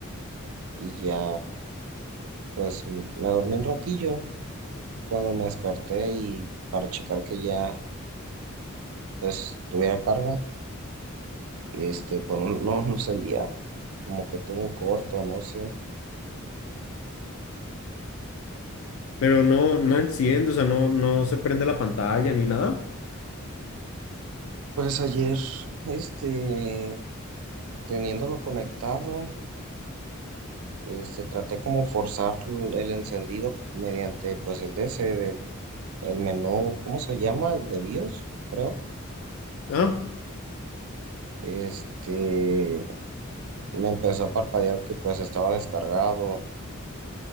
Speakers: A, on the right; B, on the left.
A: Y ya, pues m- me dormí un ratillo y cuando me desperté y para checar que ya, pues tuviera carga, este, pues no, no no encendía, como que tuvo un corto, no sé.
B: Pero no, no enciende, o sea, no, no se prende la pantalla ni nada.
A: Pues ayer, este, teniéndolo conectado. Este, traté como forzar el encendido mediante pues el DS del el menú, ¿cómo se llama? De BIOS, creo.
B: Ah,
A: Este, me empezó a parpadear que pues estaba descargado,